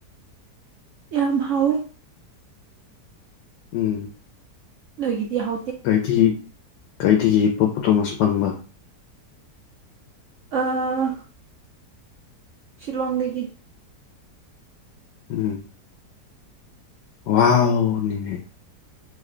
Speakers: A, on the right; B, on the left.
A: ꯌꯥꯝ ꯍꯥꯎꯦ
B: ꯎꯝ
A: ꯂꯣꯏꯒꯤꯗꯤ ꯍ
B: ꯀꯥꯏꯗꯒꯤ ꯀꯥꯏꯗꯒꯤꯗꯒꯤ ꯄꯣ ꯄꯣꯇꯣ ꯑꯁ ꯄꯪꯕ
A: ꯑꯥ ꯁꯤꯜꯂꯣꯡꯗꯒꯤꯗꯒꯤ
B: ꯎꯝ ꯋꯥꯅꯤꯅꯦ